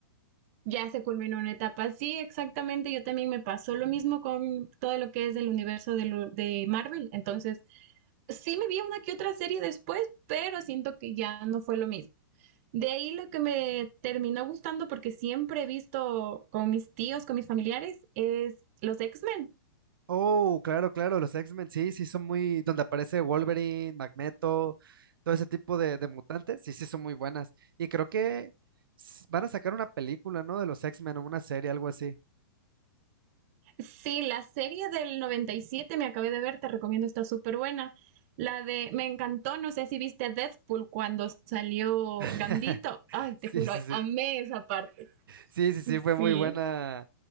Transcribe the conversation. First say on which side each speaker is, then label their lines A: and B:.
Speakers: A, on the right; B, on the right.
A: ya se culminó una etapa, sí, exactamente, yo también me pasó lo mismo con todo lo que es del universo de, lo, de Marvel, entonces sí me vi una que otra serie después, pero siento que ya no fue lo mismo. De ahí lo que me terminó gustando, porque siempre he visto con mis tíos, con mis familiares, es los X-Men.
B: Oh, claro, claro, los X-Men sí, sí son muy, donde aparece Wolverine, Magneto, todo ese tipo de, de mutantes, sí, sí son muy buenas. Y creo que s- van a sacar una película, ¿no? De los X-Men o una serie, algo así.
A: Sí, la serie del 97 me acabé de ver, te recomiendo, está súper buena. La de, me encantó, no sé si viste Deadpool cuando salió
B: <laughs>
A: Gambito. Ay, te
B: Sí,
A: juro,
B: sí, sí.
A: amé esa parte.
B: Sí, sí, sí, fue muy
A: Sí,
B: buena